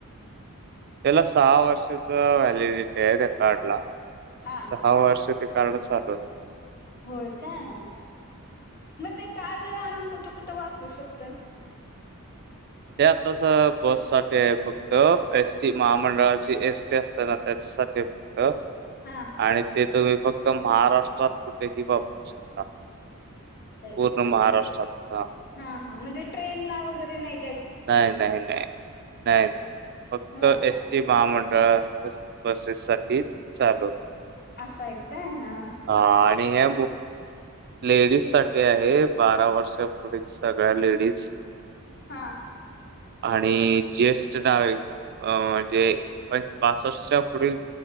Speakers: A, on the right (about 45°); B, on the left (about 45°).
A: त्याला सहा वर्षाचा व्हॅलिडिटी आहे,, त्या कार्ड ला.
B: हा
A: सहा वर्ष ते कारड चालूऽ
B: होय काय,, मग ते कार्ड आम्ही कुठे, कुठे वापरू शकतोय.
A: ते आताच,, बस साठी आहे फक्त, एस टी महामंडळाची एस टी असतानाऽ त्याचसाठी आहे फक्त.
B: हा
A: आणि ते तुम्ही फक्त महाराष्ट्रात कुठेही वापरू शकता.
B: असं आहे
A: पूर्ण
B: का
A: महाराष्ट्रात. हां.
B: हा, हा म्हणजे ट्रेन ला वगैरे नाहीऽ
A: नाही, नाही, नाही, नाही, नाही. फक्त
B: होय
A: एस टी महामंडळ बसेस साठी चालू.
B: असय काय, हा, हा.
A: अ, आणि हे लेडीज साठी आहे बारा वर्ष पुढील सगळ्या लेडीज.
B: हा
A: आणि ज्येष्ठ नागिक म्हणजे पण पासष्टच्या पुढील